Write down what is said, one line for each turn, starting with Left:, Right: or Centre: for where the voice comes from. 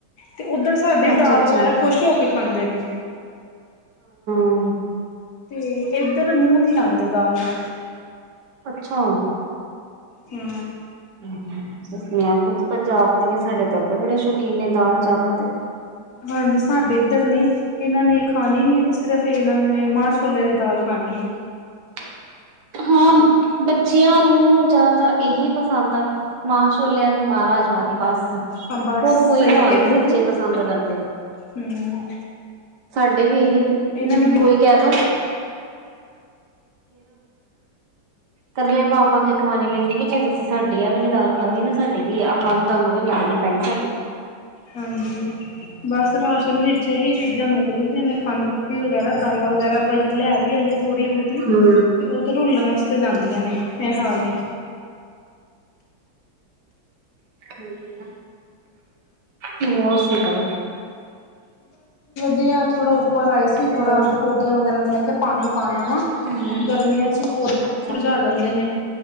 Left: ਤੇ ਉੱਧਰ ਸਾਡੀ
Right: ਅੱਛਾ
Left: ਦਾਲ
Right: ਅੱਛਾ
Left: ਵਗੈਰਾ ਖ਼ੁਸ਼ ਹੋ ਕੇ ਖਾਂਦੇ ਨੇ।
Right: ਹੂੰ,
Left: ਤੇ ਇੱਧਰ ਮੂੰਹ ਨੀ ਲਾਂਦੇ ਦਾਲ ਨੂੰ।
Right: ਅੱਛਾ।
Left: ਹੂੰ।
Right: <unintelligible> ਖੁਦ ਪੰਜਾਬ ਦੀਆਂ ਸਾਡੇ ਤਾਂ ਆਪੇ ਬੜੇ ਸ਼ੌਕੀਨ ਨੇ ਦਾਲ ਚਾਵਲ ਦੇ।
Left: ਹਾਂਜੀ, ਸਾਡੇ ਇੱਧਰ ਨੇ ਇਹਨਾਂ ਨੇ ਖਾਣੀ ਵੀ ਐ ਤੇ ਸਿਰਫ ਇਹਨਾਂ ਨੇ ਮਾਂ ਛੋਲੇ ਦੀ ਦਾਲ ਖਾਣੀ। ਐ।
Right: <unintelligible> ਹਾਂ, ਬੱਚਿਆਂ ਨੂੰ ਜ਼ਿਆਦਾਤਰ ਇਹੀ ਪਸੰਦ ਆ ਮਾਂ ਛੋਲਿਆਂ ਦੀ ਮਾਰਾਜ ਬਾਕੀ ਬਸ,
Left: ਹਾਂ ਬਸ
Right: ਹੋਰ ਕੋਈ
Left: ਸਹੀ
Right: ਦਾਲ
Left: ਇੱਧਰ
Right: ਨੀ ਬੱਚੇ
Left: ਵੀ
Right: ਪਸੰਦ ਕਰਦੇ।
Left: ਹੂੰ
Right: ਸਾਡੇ ਵੀ ਇਹੀ
Left: ਇਹਨਾਂ ਨੂੰ ਵੀ
Right: ਕੋਈ ਕਹਿ ਦੋ ਨਾ। ਤਰਲੇ ਪਾ-ਪਾ ਕੇ ਖਵਾਣੀ ਪੈਂਦੀ ਕਿ ਜੇ ਤੁਸੀਂ ਸਾਡੀ ਆ ਵੇਲੀ ਦਾਲ ਖਾਧੀ ਨਾ ਸਾਡੀ ਵੀ ਆਹ ਤੁਹਾਨੂੰ <unintelligible> ਪੈਣੀ ਸਾਡੀ,
Left: ਹਾਂਜੀ, ਬਸ ਰਾਸ਼ਨ ਵਿੱਚ ਇਹੀ ਚੀਜ਼ਾਂ ਮੁੱਕ ਜਾਂਦੀਆਂ ਨੇ ਖੰਡ ਵਗੈਰਾ ਦਾਲਾਂ ਵਗੈਰਾ ਪਾਈਏ ਲੈ ਵੀ ਆਈਏ ਥੋੜੀ ਬਹੁਤੀ
Right: ਹਮ
Left: ਤੇ ਉਹ ਤੇ ਰੁਲਣ ਵਾਸਤੇ ਤੇ ਜਾਂਦੀਆਂ ਨੇ ਇਹ ਹਾਲ ਐ।
Right: ਹਾਂਜੀ, ਹੂੰ <unintelligible>
Left: <unintelligible> ਥੋੜਾ ਉਪਰ ਆਏ ਸੀ ਥੋੜਾ
Right: ਹੋਰ
Left: ਪੌਦਿਆਂ ਵਗੈਰਾ ਨੂੰ ਲੈ ਕੇ ਪਾਣੀ ਪਾਇਆ ਵਾ
Right: ਹਮ
Left: ਗਰਮੀਆਂ ਚ ਪੌ ਮੁਰਝਾ
Right: ਅੱਛਾ
Left: ਜਾਂਦੇ ਨੇ।